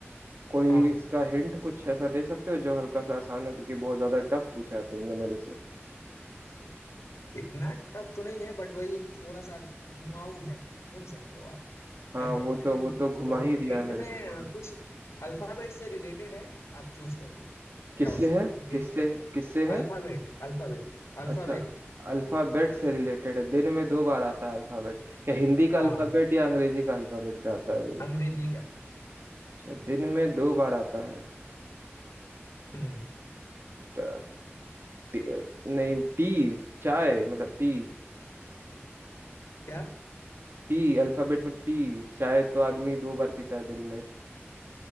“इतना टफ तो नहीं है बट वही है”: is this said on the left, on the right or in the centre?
Left